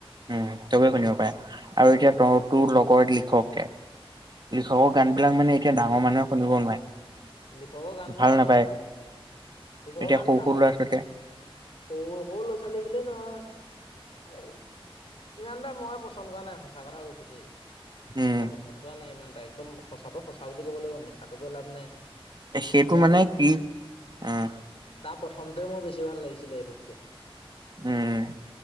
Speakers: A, on the right; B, on the left.
A: উম, চবেই শুনিব পাৰে, আৰু এতিয়া ত, তোৰ লগৰ লিখকে লিখকৰ গানবিলাক মানে এতিয়া, মানুহে শুনিব নোৱাৰে।
B: লিখকৰ গান
A: ভাল
B: বোৰ এনেকুৱা
A: নাপায়
B: মানে, লিখকৰ
A: এতিয়া
B: গান
A: সৰু
B: ডাঙৰ
A: সৰু ল'ৰা ছোৱালীয়ে
B: সৰু সৰু ল'ৰা-ছোৱালী বুলি নহয়, এ ইমান এটা মই পচন কৰা নাই, সঁচা কথা কৈছো দেই।
A: উম
B: মই পচন কৰা নাই, ইমান এটা, একদম সচাঁটো সঁচা বুলি ক'ব লাগিব, মিছাতো কৈ লাভ নাই।
A: সেইটো
B: ইয়াত
A: মানে কি? উম,
B: তাৰ প্ৰথমটোৱে মোৰ বেছি ভাল লাগিছিলে, এইটোতকে।
A: উম, উম,